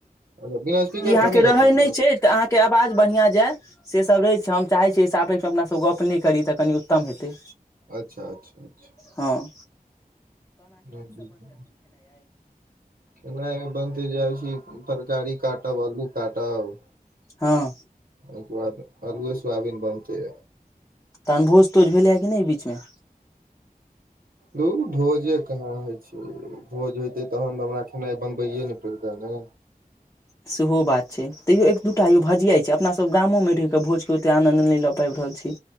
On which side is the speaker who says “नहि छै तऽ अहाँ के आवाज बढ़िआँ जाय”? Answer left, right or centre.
Left